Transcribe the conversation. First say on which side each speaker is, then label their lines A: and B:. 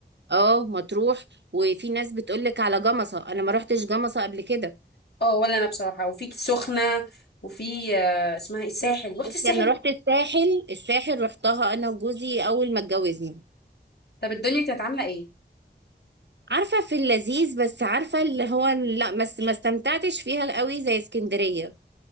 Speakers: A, on the right; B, on the left.
A: اه مطروح وفي ناس بتقول لك على جمصه انا ما رحتش جمصه قبل كده
B: اه ولا انا بصراحة وفي سخنة وفي آه، اسمها ايه الساحل رحت
A: بس
B: الساحل
A: انا رحت الساحل الساحل رحتها انا وجوزي اول ما اتجوزنا
B: طب الدنيا كانت عاملة ايه؟
A: عارفه في اللذيذ بس عارفه اللي هو لا ما ما استمتعتش فيها قوي زي اسكندريه